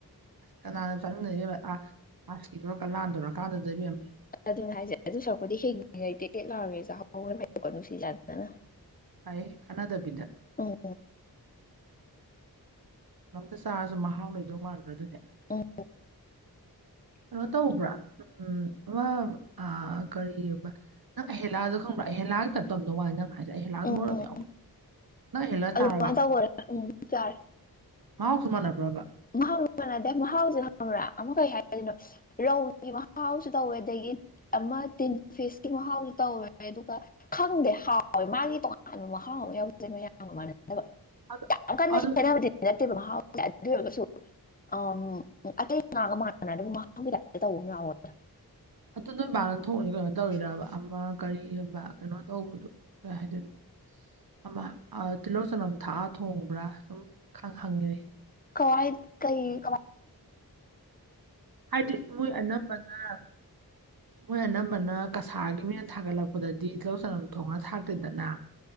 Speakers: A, on the right; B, on the left.
A: ꯑꯁ ꯀꯅꯥꯅꯣ ꯆꯠꯅꯤꯡꯗꯣꯏꯅꫭ ꯑꯥ ꯑꯥ ꯁꯤꯗꫭꯔꯥ ꯀꯥꯟ ꯂꯥꯟꯗꯣꯔ ꯀꯥꯟꯗꯨꯗ ꯏꯕ‌ꯦꯝꯃ
B: ꯑꯗꯨꯅ‌ꯦ ꯍꯥꯏꯁꯦ ꯑꯗꯨ ꯁꯔꯛꯄꯗꯤ ꯍꯤꯡꯉꯩ ꯇꯦꯛ ꯇꯦꯛ ꯂꯥꯎꯔꯤꯉꯩ ꯆꯥꯍꯧꯕꯅꯥ ꯐꯩꯀꫭ ꯅꯨꯡꯁꯤ ꯆꯥꯟꯅꯅ
A: ꯐꯩ ꯈꯥꯟꯟꯅꯗꯕꯤꯗ
B: ꯎꯝ
A: ꯀꯩꯅꫭꯝꯇ ꯆꯥꯔꯁꯨ ꯃꯍꯥꯎ ꯂꯩꯗꯧ ꯃꯥꯟꯗ꯭ꯔꯥ ꯑꯗꯨꯗꯤ
B: ꯎꯝ
A: ꯀꯩꯅꯣ ꯇꯧꯕ꯭ꯔꯥ ꯎꯝ ꯑꯃ ꯑ ꯀꯔꯤꯕ ꯅꯪ ꯑꯍꯦꯂꯥꯗꯣ ꯈꯪꯕ꯭ꯔꯥ ꯑꯍꯦꯂꯥꯒꯤ ꯇꯥꯏꯞ ꯇꯧꯔꯝꯗꯧ ꯃꯥꯂꯤ ꯅꯪ ꯍꯥꯏ __ꯑꯩꯍꯦꯜꯂꯗꯨ
B: ꯎꯝ
A: ꯃꯔꯨ
B: ꯎꯝ
A: ꯌꯥꯝ ꯌꯥꯎꯕ ꯅꯪ ꯍꯦꯜꯂꯛꯑ
B: ꯑꯗꯨꯃꯥꯏꯅ
A: ꯆꯥꯔꯕ
B: ꯇꯧꯕꯔ ꯎꯝ ꯆꯔ‌ꯦ
A: ꯃꯥꯍꯥꯎꯁꯨ ꯃꯥꯟꯅꯕꯔꯥꯕꯥ
B: ꯃꯍꯥꯎꯗꯤ ꯃꯥꯟꯅꯗꯦ ꯃꯍꯥꯎꯁꯦ ꯍꯪꯕ꯭ꯔꯥ ꯑꯃꯨ ꯀꯩ ꯍꯥꯏꯗꫭꯏꯅꯣ ꯔꯧꯒꯤ ꯃꯍꯥꯎꯁꯨ ꯇꯧꯋꯦ ꯑꯗꯒꯤ ꯑꯃ ꯇꯤꯟ ꯐꯤꯁꯀꯤ ꯃꯍꯥꯎꯁꯨ ꯇꯧꯋꯦ ꯑꯗꯨꯒ ꯈꯪꯗꯦ ꯍꯥꯎꯋꯦ ꯃꯥꯒꯤ ꯇꯣꯉꯥꯟꯕ ꯃꯍꯥꯎ ꯑꯃ ꯌꯥꯎꯖꯩ ꯃꯌꯥꯝ ꯃꯌꯥꯝꯒ ꯃꯥꯟꯅꯗꯕ
A: ꯑꯗꯨ
B: ꯌꯥꯝ ꯀꯟꯅ
A: ꯑꯗꯨ
B: ꯈ‌ꯦꯠꯅꯕꯗꯤ ꯅꯠꯇꯦꯕ ꯃꯍꯥꯎꯖ‌ꯦ ꯑꯗꯨ ꯑꯣꯏꯔꯒꯁꯨ ꯑ ꯑꯇꯩ ꯉꯥꯒ ꯃꯥꯟꯅꯅ ꯑꯗꯨꯝ ꯃꯍꯒꯤ ꯇꯥꯏꯞꯇ ꯇꯧꯕ ꯑꯃ ꯌꯥꯎꯋꯗ
A: ꯑꯗꯨ ꯅꯣꯏ ꯕꯥꯅ ꯊꯣꯡꯉꯁ ꯀꯩꯅꯣ ꯇꯧꯔꯤꯔꯕ ꯑꯃ ꯀꯔꯤꯒꯨꯝꯕ ꯀꯩꯅꯣ ꯇꯧꯕꯗꯣ ꯀꯥꯏ ꯍꯥꯏꯗꯣꯏꯅꯣ ꯑꯃ ꯇꯤꯜꯍꯧ ꯆꯅꯝ ꯊꯥꯛꯑ ꯊꯣꯡꯕ꯭ꯔꯥ ꯁꯨꯝ ꯍꯪꯉꯅꯤ
B: ꯀꯏ ꯀꯩ ꯀꯣ
A: ꯍꯥꯏꯗꯤ ꯃꯣꯏ ꯑꯅꯝꯕꯅ ꯃꯣꯏ ꯑꯅꯝꯕꯅ ꯀꯁꯥꯔꯒꯤ ꯃꯦꯟ ꯊꯥꯒꯠꯂꯛꯄꯗꯗꯤ ꯇꯤꯍꯧ ꯆꯅꯝ ꯊꯣꯡꯉꯒ ꯊꯥꯛꯇꯦꯗꯅ